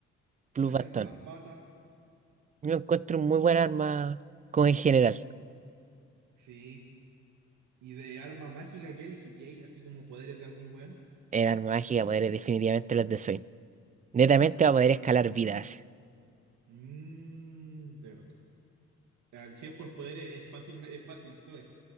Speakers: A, on the right (about 25°); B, on the right (about 80°).
A: plus
B: te
A: bastón.
B: firma las patas.
A: Yo encuentro muy buena arma como en general.
B: Sí. ¿Y de arma mágica qué elegiríais? Así como poderes de algún weón.
A: El arma mágica poder es definitivamente los de Zoid. Netamente va a poder escalar vidas.
B: Mmm, de verdad. Ah, Si es por poderes, es fácil, es fácil, Zoe.